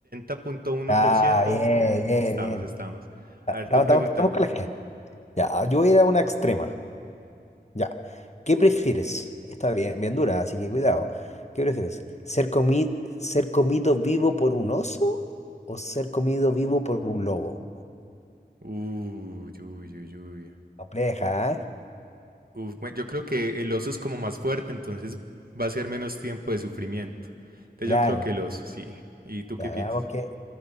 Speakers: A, on the right (about 60°); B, on the left (about 40°).
A: 70.1%.
B: Ah, bien,
A: eh,
B: bien,
A: estamos,
B: bien.
A: estamos.
B: Ah,
A: A ver,
B: Estamos,
A: tú
B: estamos,
A: pregúntame.
B: estamos con la gente. Ya, yo voy a ir a una extrema. Ya. ¿Qué prefieres? Está bien, bien dura, así que cuidado. ¿Qué prefieres? ¿Ser comi- ser comido vivo por un oso o ser comido vivo por un lobo?
A: Uy, uy, uy, uy.
B: Compleja, ¿eh?
A: Uf, bueno, yo creo que el oso es como más fuerte, entonces va a ser menos tiempo de sufrimiento. Entonces
B: Claro.
A: yo creo que el oso, sí. ¿Y tú qué
B: Ya,
A: piensas?
B: veamos que...